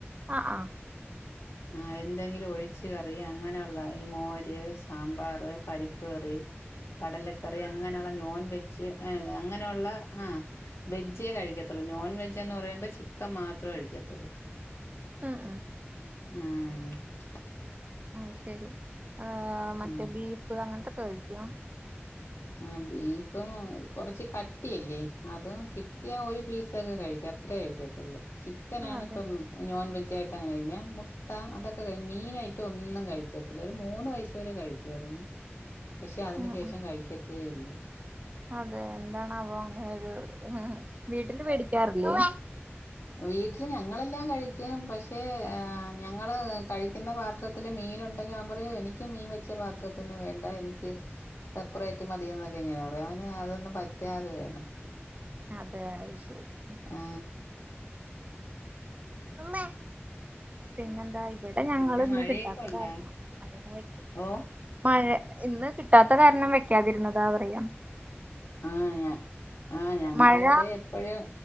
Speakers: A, on the right (about 35°); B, on the left (about 85°).
A: ആാ ആാ
B: ആാ എ എന്തെങ്കിലും ഒഴിച്ച് കറി അങ്ങനെ ഈ മോര്, സാമ്പാറ്, പരിപ്പ്ക്കറി, കടലക്കറി അങ്ങനെയെള്ള നോൺ വെജ് അങ്ങനെയുള്ള ആ വെജേ കഴിക്കത്തെള്ളൂ നോൺ വെജ് എന്ന് പറയുമ്പം ചിക്കൻ മാത്രമേ കഴിക്കത്തെള്ളൂ
A: ആാ
B: ആാ
A: ആാ ശെരി ആാ മറ്റേ
B: ആഹ്
A: ബീപ്പ് അങ്ങനത്തെ <inaudible>
B: ആ ബീഫും കൊറച്ച് കട്ടിയല്ലേ അതും കിട്ടിയാ ഒരു പീസൊക്കെ കഴിക്കോ അത്രേ കഴിക്കത്തെള്ളൂ ചിക്കനാണ്
A: ആഹ് അതെ
B: ഇപ്പം നോൺവെജ് അങ്ങനെ കഴിഞ്ഞ മെട്ടാ അതൊക്കെ മീൻ ഐറ്റം ഒന്നും കഴിക്കത്തില്ല ഒരു മൂന്ന് വയസ്സ് വരെ കഴിക്കുയിരുന്നു പശെ അതിന്
A: ഉം
B: ശേഷം
A: ഉം
B: കഴിക്ക ഏ ഇല്ല്യാ
A: അതെ എന്താണ് ആവേ അങ്ങനെയെരു വീട്ടില് വോടിക്കാറില്ലേ
B: വീട്ടില് ഞങ്ങളെല്ലാം കഴി പശെ ഞങ്ങള് കഴിക്കുന്ന പാത്രത്തില് മീന് ഒണ്ടെങ്കിൽ ഞാൻ പറയും എനിക്ക് മീൻ വെച്ച പാത്രത്തിന്ന് വേണ്ട എനിക്ക് സപ്പറേറ്റ് മതിന്ന് വെ എങ്ങനെയാ പറയും അവന് അതൊന്നും പറ്റ <unintelligible> തികയാതെ വരും
A: അതെ ശരിയായ
B: ആ
A: അമ്മേ പിന്നെന്താ ഇവടെ ഞങ്ങനളെന്നും
B: പിന്നെ മഴയൊക്കെ
A: കിട്ടാത്താ
B: ഉണ്ടോ
A: കാരണം
B: ഓ
A: <inaudible> മഴ- ഇന്ന് കിട്ടാത്ത കാരണം വെക്കാതിരുന്നതാ പറയാം
B: ആ ഞ ആ ഞങ്ങള
A: മഴ
B: വിടെ എപ്പഴും